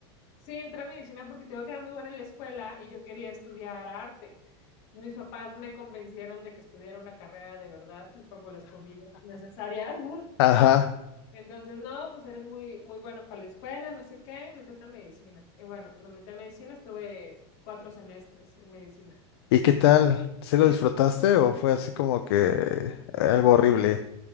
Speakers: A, on the left; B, on the left.
A: sí entré a medicina porque tengo que era muy buena en la escuela y yo quería estudiar arte. Entonces mis papás me convencieron de que estudiara una carrera de verdad, le pongo las comillas necesarias. <laughs>
B: Ajá.
A: Entonces, no, pues eres muy, muy bueno para la escuela, no sé qué, metete a medicina. Y bueno, me metí a medicina, estuve cuatro semestres en medicina.
B: ¿Y qué tal? ¿Sí lo
A: Eh,
B: disfrutaste o fue así como que algo horrible